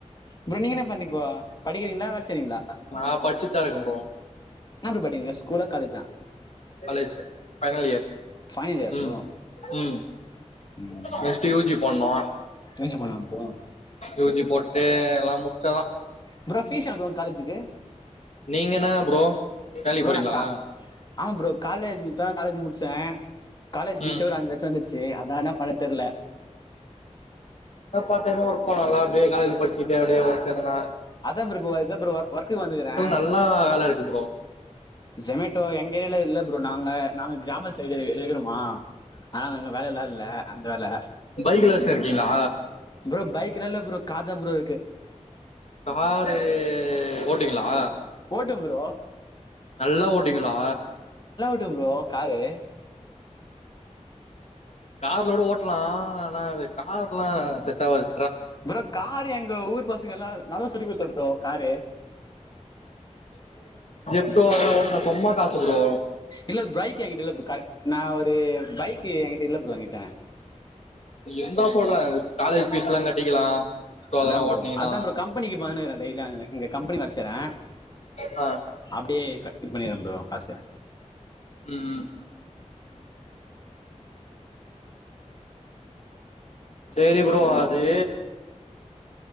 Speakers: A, on the left (about 35°); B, on the left (about 60°).
A: ப்ரோ நீங்க என்ன பண்ணிப்போ படிக்கிறீங்ளா வேல செய்றீங்ளா
B: நா படிச்சுட்டுதா இருக்கே ப்ரோ
A: எனாவ்து படிங்க ஸ்கூலா காலஜா
B: college final year
A: final year
B: ம்
A: ப்ரோ
B: ம்
A: ம்
B: நெஸ்ட்டு யூ ஜி போடுணோ
A: யூஜி பண்ண ப்ரோ
B: யூ ஜி போட் டு எல்லா முட்ச்சாதா
A: ப்ரோ ஃபீஸ் எளோ ப்ரோ காலேஜுக்கு
B: நீங்க என்னா ப்ரோ வேலைக்
A: ப்ரோ
B: போறீங்ளா
A: நான் கா ஆமா ப்ரோ காலேஜ் முத்தா காலேஜ் முடிச்ச காலேஜ் பீஸே
B: ம்
A: ஒரு அஞ்சு லட்சொ வந்துருச்சு அதா என்னா பண்ணன் தெர்ல
B: இப்ப பார்ட் டைம்மா ஒர்க் பண்ணலா அப்டியே காலேஜு படிச்சுஞ்டே அப்டியே ஒர்க் எதுனா
A: அதா ப்ரோ இப்ப அதா ப்ரோ ஒர் ஒர்க்குக்கு வந்துக்குறே
B: நல்லா வேல இருக்கு ப்ரோ
A: சோமேட்டோ இங் கே எல்லா இல்ல ப்ரோ நாங்க நாங்க கிராம சைட் இ இருக்குறோமா ஆனால இங்க வேல எல்லா இல்ல அந்த வேல
B: பைக்ல வச்சிருக்கீங்களா
A: ப்ரோ பைக்ல்லா இல்ல ப்ரோ கார்தா பரோ இருக்கு
B: காரு ஓட்டுவீங்களா
A: ஓட்டுவ ப்ரோ
B: நல்லா ஓட்டுவீங்களா
A: டுவே ப்ரோ காரு
B: கார்ல கூட ஓட் லா ஆனா அது கா ல்லா செட்டாவாது
A: ப்ரோ கார் எங்க ஊர் பாசங்க எல்லா நா தா சொல்லி குடுத்தே ப்ரோ காரு
B: சொ அதுவா ஒருத சொம்ம காசு ப்ரோ
A: இல்ல பைக் எங்கிட்ட இல்ல பா கால் நா ஒரு பைக் எங்கிட்ட இல்ல ப்ரோ எங்கிட் ட
B: எந்தா சொல்றே அது காலேஜ் ஃபீஸ்லா கட்டிக்கலா அதெல்லா
A: அதா ப்ரோ
B: ஓட்னீங்கன்னா
A: அதா ப்ரோ கம்பெனிக்கு பன்னுன்னுக்குற டெய்லியொ அங்க இங்க கம்பெனி வேலச் சைரே
B: ஆ
A: அப்டியே க இது பண்ணிடுறே ப்ரோ காசு
B: ம் ம் சேரி ப்ரோ அது